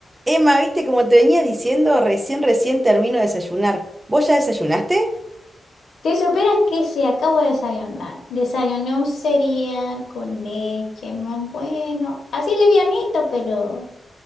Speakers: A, on the right; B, on the left.
A: Emma, viste, como te venía diciendo, recién, recién termino de desayunar. ¿Vos ya desayunaste?
B: Si supieras que sí, acabo de desayunar. Desayuné un cereal con leche, muy bueno. Así livianito, pero